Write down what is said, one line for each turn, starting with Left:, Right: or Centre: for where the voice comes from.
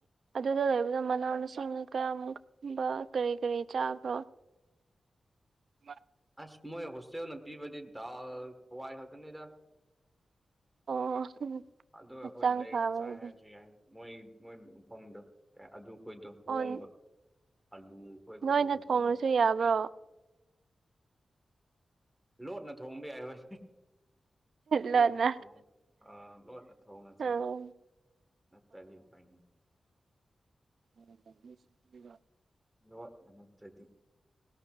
Right: ꯑꯗꯨꯗ ꯂꯩꯕꯗꯣ ꯃꯅꯥꯎ ꯃꯁꯤꯡꯅ ꯀꯌꯥꯝꯕ ꯀꯔꯤ ꯀꯔꯤ ꯆꯥꯕ꯭ꯔꯣ <unintelligible>
Centre: ꯑꯁ ꯃꯣꯏ ꯍꯣꯁꯇꯦꯜꯅ ꯄꯤꯕꯗꯤ ꯗꯥꯜ ꯍꯋꯥꯏ ꯈꯥꯛꯇꯅꯤꯗ
Right: ꯑꯣ
Centre: ꯑ ꯑꯩꯈꯣꯏ
Right: ꯍꯛꯆꯥꯡ
Centre: ꯂꯩꯒ
Right: ꯐꯕꯒꯤꯅꯦ
Centre: ꯆꯥꯏ ꯍꯥꯏꯔꯁꯨ ꯌꯥꯏ ꯃꯣꯏ ꯃꯣꯏ ꯃꯐꯝꯗꯣ ꯑꯗꯨ ꯑꯩꯈꯣꯏꯗ ꯍꯣꯡꯕ
Right: ꯑꯣ
Centre: ꯑꯂꯨ ꯈꯣꯏ ꯀꯩꯀꯩꯗꯣ
Right: ꯅꯣꯏꯅ ꯊꯣꯡꯉꯁꯨ
Centre: ꯍꯣꯡꯉꯦ
Right: ꯌꯥꯕ꯭ꯔꯣ
Centre: ꯂꯣꯠꯅ ꯊꯣꯡꯕ ꯌꯥꯏ ꯍꯣꯏ ꯌ
Right: ꯂꯣꯟꯅ
Centre: ꯑ ꯂꯣꯟꯅ ꯊꯣꯡꯅ ꯆꯥꯏ
Right: ꯑꯣ
Centre: ꯅꯠꯇ꯭ꯔꯗꯤꯥꯏꯅꯤ
Right: ꯑꯣꯕ
Centre: ꯅ ꯅꯃꯇ꯭ꯔꯦꯗꯤ